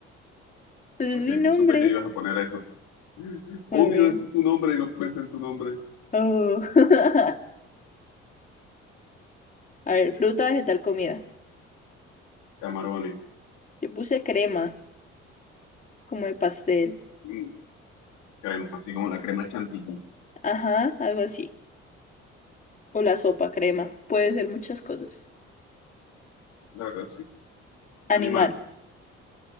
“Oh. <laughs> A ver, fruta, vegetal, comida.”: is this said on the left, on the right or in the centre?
Left